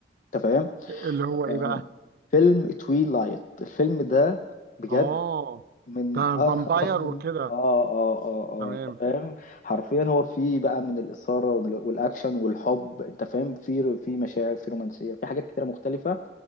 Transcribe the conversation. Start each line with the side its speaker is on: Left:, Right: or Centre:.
Left: انت فاهم
Right: اللي هو ايه
Left: آه،
Right: بقى
Left: فيلم تويلايت الفيلم ده بجد
Right: اه
Left: من
Right: ده
Left: أه- افضل
Right: فامباير وكده
Left: اه اه اه اه
Right: تمام
Left: انت فاهم حرفيا هو فيه بقى من الاثاره وال- والاكشن والحب انت فاهم في في مشاعر في رومانسيه في حاجات كتيره مختلفه